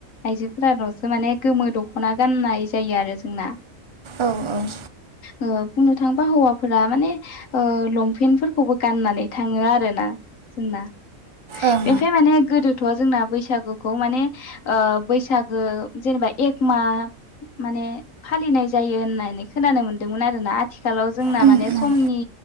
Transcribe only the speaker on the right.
औ औ
ओं
उम
उम